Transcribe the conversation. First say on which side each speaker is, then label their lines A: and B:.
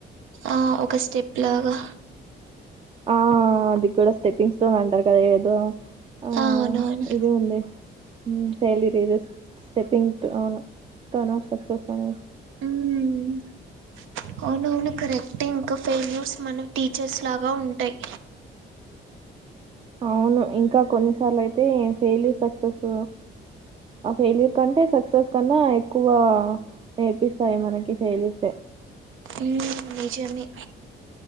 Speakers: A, on the right; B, on the right.
A: ఆ ఒక స్టెప్ లాగా
B: ఆ అది కూడా స్టెపింగ్ స్టోన్ అంటారు కదా ఏదో ఆ
A: అవునవును
B: ఇది ఉందే ఊ failure is a stepping stone stone of success అనే
A: ఉమ్ అవునవును కరెక్టే ఇంక ఫెల్యూర్స్ మనం టీచర్స్ లాగా ఉంటాయి
B: అవును ఇంకా కొన్నిసార్లు అయితే ఫెయిల్యూర్ సక్సెస్ ఆ ఫెయిల్యూర్ కంటే సక్సెస్ కన్నా ఎక్కువ నేర్పిస్తాయి మనకి ఫెయిల్యూర్సే
A: ఉమ్ నిజమే